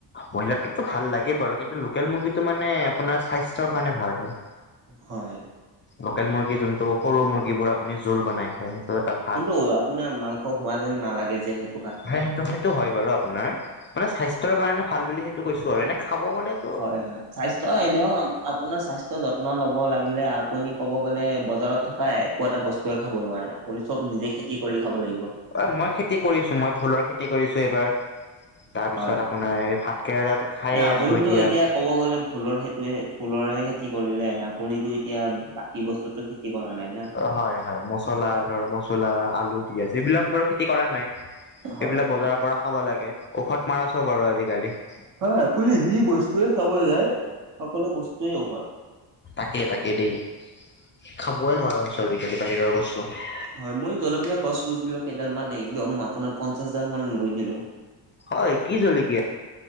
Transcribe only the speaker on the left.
ব্ৰইলাৰটোতো ভাল লাগে বাৰু, কিন্তু লোকেল মুৰ্গীটো মানে আপোনাৰ স্বাস্থ্যৰ কাৰণে ভাল হয়। <inaudible>
লোকেল মুৰ্গী যোনটো সৰু মুৰ্গীবোৰ আপুনি জোল বনাই খায়। যত <unintelligible>
হয়, সেইটো-সেইটো হয় বাৰু আপোনাৰ মানে স্বাস্থ্যৰ কাৰণে ভাল বুলি সেইটো কৈছো আৰু এনে খাব গ'লে <unintelligible>
অ মই খেতি কৰিছো, মই ভুলৰ খেতি কৰিছো এইবাৰ। তাৰ পিছত
আপোনাৰ
এই ভাত কেৰেলাটো খাইয়ে
আছো এতিয়া। <unintelligible>
অ হয়-হয় মছলা ধৰ মছলা, আলু, পিয়াজ এইবিলাক
বাৰু খেতি কৰা নাই। <unintelligible>
এইবিলাক বজাৰৰ
পৰা খাব লাগে, ঔষধ মাৰা চব আৰু আজিকালি। <inaudible>
তাকে-তাকে দেই, খাবই নোৱাৰা হৈছো আজিকালি বাহিৰৰ বস্তু। <unintelligible>
হয় কি জলকীয়া?